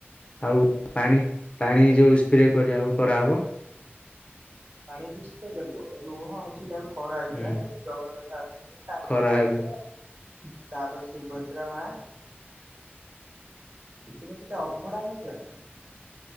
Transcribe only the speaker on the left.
ଆଉ ପାଣି ପାଣି ଯୋଉ ସ୍ପ୍ରେ କରିବ କରାହେବ
ହୁଁ
ଖରା
ହେବେ